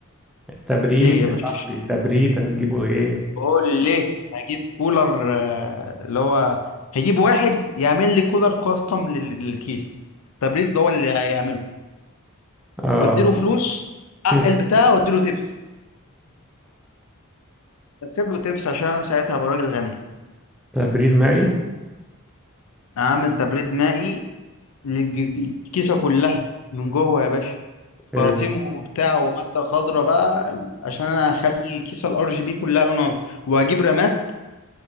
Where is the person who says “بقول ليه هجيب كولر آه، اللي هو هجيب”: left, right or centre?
Left